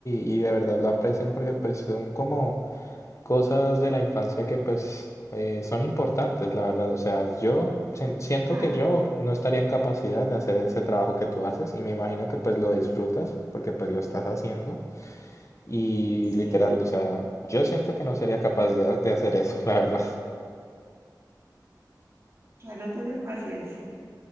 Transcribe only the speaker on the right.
Claro,
sí.
Ya no tiene paciencia.